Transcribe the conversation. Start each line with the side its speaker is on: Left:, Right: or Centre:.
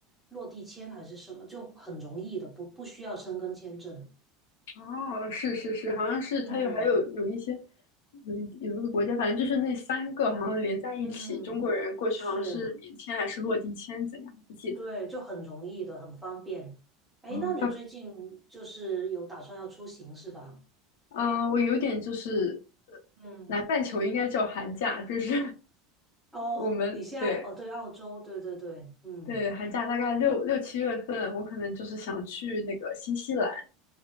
Centre: 落地签还是什么，就很容易的，不不需要申根签证。
Left: 哦，是是是，好像是它有还有有一些
Centre: 嗯
Left: 有一有一个国家，反正就是那三个好像连在一起，
Centre: 嗯，
Left: 中国人过去好像是免签还是落地签，
Centre: 是。
Left: 怎样不记得。
Centre: 对，就很容易的，很方便。哎，
Left: 啊？
Centre: 那你最近就是有打算要出行是吧？
Left: 到嗯，我有点就是
Centre: 嗯，
Left: 南半球应该叫寒假，就是
Centre: 哦，
Left: <laughs> 我们对
Centre: 你现在哦，对，澳洲，对对对，嗯，
Left: 对寒假大概六六七月份，我可能就是想去那个新西兰、